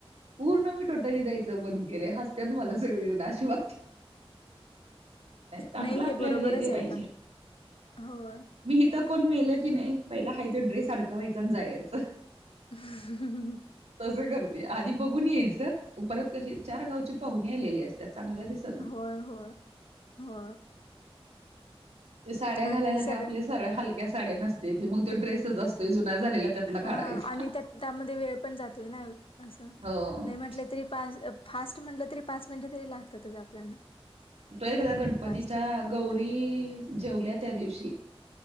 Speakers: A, on the right (about 85°); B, on the left (about 60°).
A: पूर्ण मी टोटली जायचं बंद केलं हसत्यात मला सगळी जण अशी वा चांगलं
B: नाही
A: आपल्याला
B: हे बरोबरच
A: ते पाहिजे
B: आहे पण होय
A: मी हिथं कोण मेल की नाही पहिला आहे तो ड्रेस अडकवायचा आणि जायचं
B: ह ह
A: तस करते आधी बघून यायच परत कशी चार गावची पाहुणी आलेली असतात चांगलं दिस
B: होय होय हो
A: ते साड्या घालायला
B: आणि सगळ
A: काय आपल्या साळ्या हलक्या साड्या नसते मग तो ड्रेसच असतोय जुन्या झालेला त्यातला
B: हा
A: काढायचा
B: आणि त्या त्यामध्ये वेळ पण जातोय ना असं
A: हो
B: नाही म्हटलं तरी पा फास्ट म्हटलं तरी पाच मिनिटे तरी लागतातच आपल्याला
A: तो एकदा गणपतीच्या
B: पाच ते दहा मिनिटं
A: गौरी जेवल्या त्या दिवशी